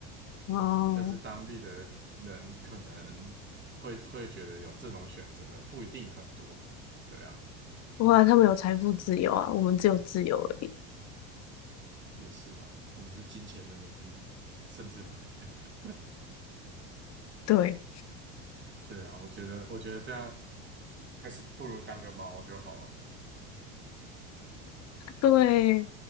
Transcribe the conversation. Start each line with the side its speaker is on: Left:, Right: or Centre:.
Left: 哦，
Right: 但是当地的人可能会会觉得有这种选择的不一定很多，对啊。
Left: 哇，他们有财富自由啊，我们只有自由而已。
Right: 也是啊，我们是金钱的奴隶，甚至不 <laughs>
Left: 对
Right: 对啊，我觉得，我觉得这样还是不如当个猫就好了。
Left: 对，